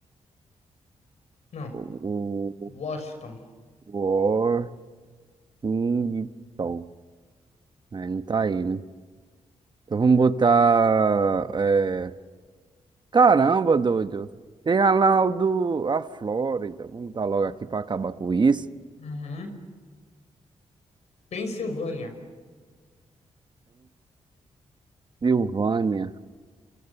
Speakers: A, on the left; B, on the right.
A: Não.
B: O, o,
A: Washington.
B: o- Washington. É, não tá aí, né? Então vamos botar. é, Caramba, doido. Tem a lá o do... a Flórida. Vamos dar logo aqui para acabar com isso.
A: Uhum. Pensilvânia.
B: Pensilvânia.